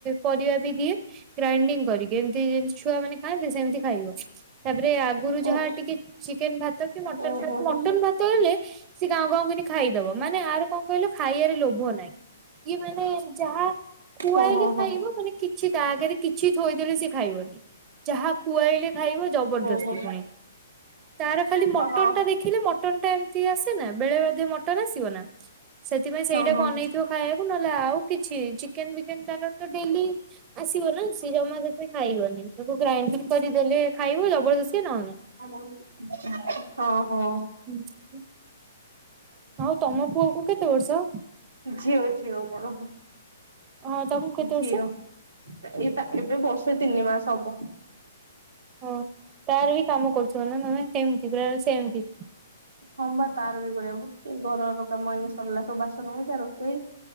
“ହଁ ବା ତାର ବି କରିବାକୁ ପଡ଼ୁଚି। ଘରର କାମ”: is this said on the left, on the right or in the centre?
Right